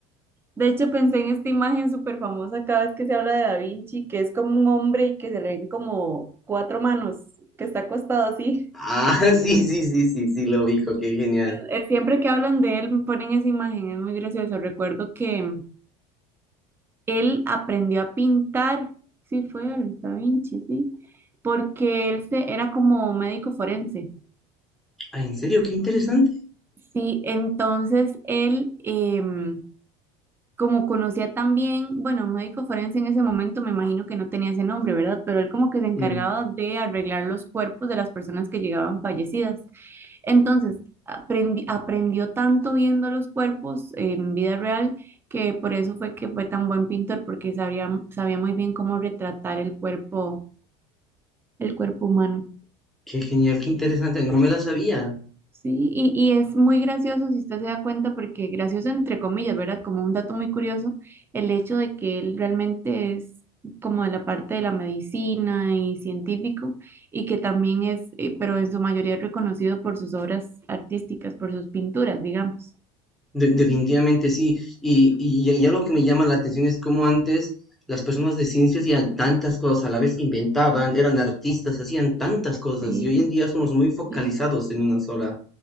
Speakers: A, on the right (about 15°); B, in the centre.
A: De hecho, pensé en esta imagen súper famosa cada vez que se habla de Da Vinci, que es como un hombre y que se le ven como cuatro manos, que está acostado así.
B: Ah, <laughs> sí, sí, sí, sí, sí, lo dijo qué genial.
A: Eh, Siempre que hablan de él me ponen esa imagen, es muy gracioso. Recuerdo que él aprendió a pintar, sí fue el Da Vinci, sí, porque él se, era como médico forense.
B: Ah, ¿en serio? Qué interesante.
A: Sí, entonces él, em, como conocía también, bueno, médico forense en ese momento me imagino que no tenía ese nombre, ¿verdad? Pero él como que se encargaba
B: Mm,
A: de arreglar los cuerpos de las personas que llegaban fallecidas. Entonces, aprendi- aprendió tanto viendo los cuerpos en vida real que por eso fue que fue tan buen pintor, porque sabía, sabía muy bien cómo retratar el cuerpo, el cuerpo humano.
B: qué genial, qué interesante. No me la sabía.
A: Sí, y, y es muy gracioso si usted se da cuenta, porque gracioso entre comillas, ¿verdad? Como un dato muy curioso, el hecho de que él realmente es como de la parte de la medicina y científico, y que también es, eh, pero en su mayoría es reconocido por sus obras artísticas, por sus pinturas, digamos.
B: De- definitivamente sí. Y, y, y algo que me llama la atención es cómo antes las personas de ciencias hacían tantas cosas a la vez, inventaban, eran artistas, hacían tantas cosas.
A: Sí,
B: Y hoy en día somos muy focalizados
A: sí.
B: en una sola